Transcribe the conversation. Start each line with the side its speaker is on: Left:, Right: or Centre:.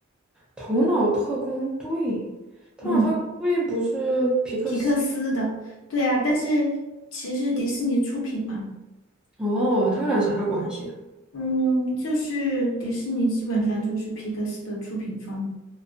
Centre: 《头脑特工队》，《头脑特工队》不是皮克斯？
Left: 嗯，皮克斯的，对呀，但是其实迪士尼出品嘛，
Centre: 哦，他们俩啥关系啊？
Left: 嗯，就是迪士尼基本上就是皮克斯的出品方。